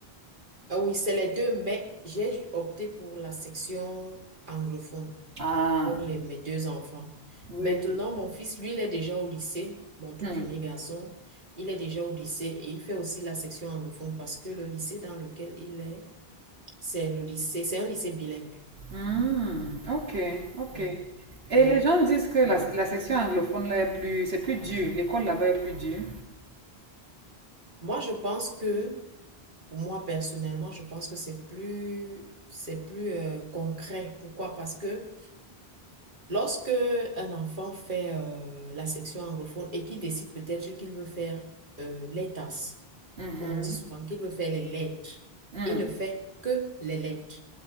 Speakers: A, on the right; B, on the right.
A: Ah oui, c'est les deux, mais j'ai opté pour la section anglophone.
B: Ah,
A: pour les, mes deux enfants.
B: oui.
A: Maintenant, mon fils, lui, il est déjà au lycée, mon tout
B: Hmm.
A: premier garçon, il est déjà au lycée et il fait aussi la section anglophone parce que le lycée dans lequel il est, c'est le lycée, c'est un lycée bilingue.
B: Hmm, ok, ok.
A: Mhm.
B: Et
A: Oui.
B: les gens disent que la,
A: Donc,
B: la section anglophone là est plus, c'est plus dur, l'école là-bas est plus dure.
A: moi, je pense que, pour moi, personnellement, je pense que c'est plus, c'est plus euh, concret. Pourquoi? Parce que lorsque un enfant fait euh, la section anglophone et qu'il décide peut-être qu'il veut faire euh, les tasses,
B: Mhm,
A: comme on dit souvent, qu'il veut faire les lettres.
B: hmm.
A: Il ne fait que les lettres.